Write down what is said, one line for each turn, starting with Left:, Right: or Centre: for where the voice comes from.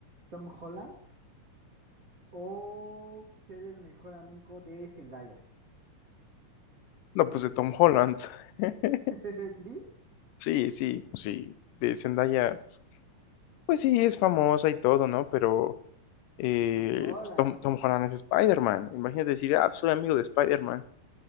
Right: Tom Holland o ser el mejor amigo de Zendaya?
Left: No,
Right: De
Left: pues
Right: este...
Left: de Tom Holland. <laughs>
Right: <laughs> ¿Sí?
Left: Sí, sí, pues, sí. De Zendaya, pues sí, es famosa y todo, ¿no? Pero eh,
Right: Es Tom Holland.
Left: pues, Tom, Tom Holland es Spider-Man. Imagínate decir, ah, pues, soy amigo de Spider-Man.